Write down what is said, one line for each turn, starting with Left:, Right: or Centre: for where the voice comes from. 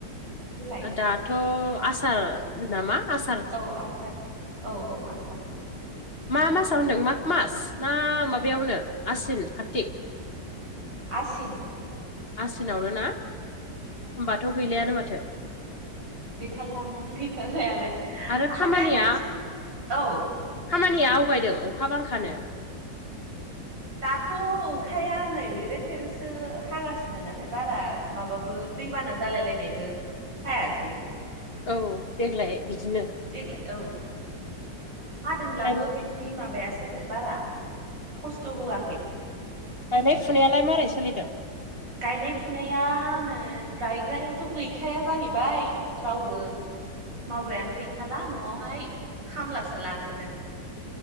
Right: जुला
Left: दाथ' आसार नामा? आसार
Right: औ आसार औ औ आसार।
Left: मा
Right: औ
Left: मासाव होनदों माग मास ना माबायावनो आसिन कारतिक
Right: आसिन
Left: आसिनावनो ना होनबाथ' गैलायानो माथो
Right: गैथारलामोन गैथारहायालाय
Left: आरो
Right: ओमफ्राय
Left: खामानिया
Right: आंथ' औ
Left: खामानिया आवगायदों अखा बांखानो
Right: दाथ' अखाया नै लेरे थेरेसो हागासिनो नालाय बारा माबाबो दैबाना जालायलायनायबो हायासै
Left: औ देग्लाय बिदिनो
Right: देग्लाय औ हादोंब्लाबो
Left: दाइन
Right: बिदि बि माबायासो आरो बारा खस्थ' होआखै।
Left: गायनाय फुनायालाय मारै सोलिदों।
Right: गायनाय फुनाया नै गायग्रायाथ' गैखाया जाहैबाय। रावबो मावग्रायानो गैखाला न'आवहाय खामलासो लानांदों।